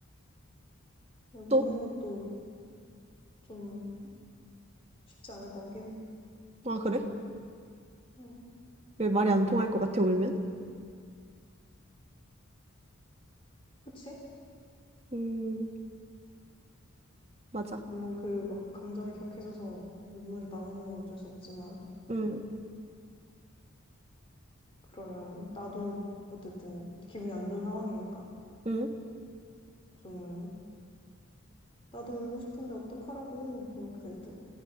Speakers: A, on the left; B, on the right.
A: 근데
B: 또?
A: 우는 것도 좀 쉽지 않을 것 같긴 해.
B: 아, 그래?
A: 응.
B: 왜 말이 안 통할 것 같아, 울면?
A: 그치?
B: 음, 맞아.
A: 물론 그 막 감정이 격해져서 눈물이 나오는 건 어쩔 수 없지만,
B: 음,
A: 그러면 나도 어쨌든 기분이 안 좋은 상황이니까
B: 음.
A: 좀 나도 울고 싶은데 어떡하라고 이렇게 될 듯.